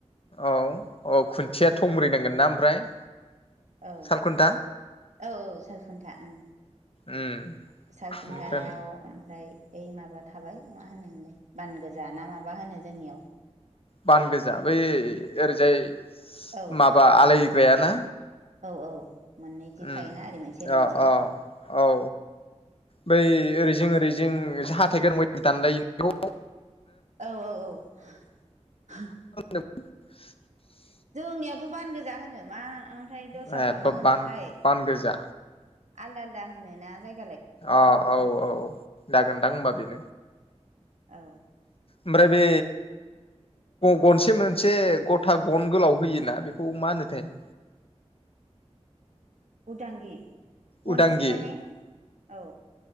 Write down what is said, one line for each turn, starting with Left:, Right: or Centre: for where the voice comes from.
Left: औ औ खुन्थिया थंब्रै नांगोनना ओमफ्राय।
Right: औ
Left: सालखुन्था
Right: औ औ सालखुन्था ओं।
Left: उम
Right: सालखुथायायाव
Left: ओमफ्राय
Right: ओमफ्राय ओ माबा थाबाय मा होनोमोनलाय। बान गोजा ना माबा होनो। जोंनियाव
Left: बान गोजा बै ओरैजाय
Right: औ
Left: माबा आलाय। ग्राया ना।
Right: औ औ मोननै जि
Left: उम
Right: थायोना ओरै मोनसे ओरै
Left: अ
Right: मोनसे
Left: अ औ। बै ओरैजिं ओरैजिं जाों हाथाइगोनां बायदि दानलायनाया।
Right: औ औ औ।
Left: <inaudible>
Right: जोंनियावथ' बान गोजा होनो मा ओमफ्राय दस्राफ्राव
Left: ए
Right: मा होनोथाय।
Left: बान बान गोजा
Right: आलदा आलदा होनोना जाय।
Left: अ औ औ जागोनदां होमबा बेनो।
Right: औ।
Left: ओमफ्राय बे। गनसे मोनसे गथा गन गोलाव होयोना बेखौ मा होनोथाय। <inaudible>
Right: उदांगि गनसि
Left: उदांगि
Right: माने औ